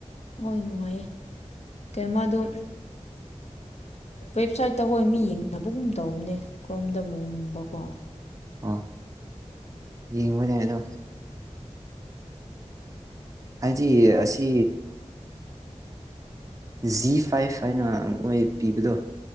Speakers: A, on the left; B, on the right.
A: ꯍꯣꯏ ꯅꯨꯡꯉꯥꯏꯌꯦ ꯀꯩ ꯃꯥꯗꯣ ꯋꯦꯕꯁꯥꯏꯠꯇ ꯍꯣꯏ ꯃꯤ ꯌꯦꯡꯅꯕꯒꯨꯝ ꯇꯧꯕꯅꯦ ꯀꯔꯝꯗꯕꯒꯨꯝꯕꯀꯣ
B: ꯑꯣ ꯌꯦꯡꯉꯕꯅꯦ ꯍꯥꯏꯗꯤ ꯑꯁꯤ ꯖꯤ ꯐꯥꯏꯚ ꯍꯥꯏꯅ ꯃꯣꯏ ꯄꯤꯕꯗꯣ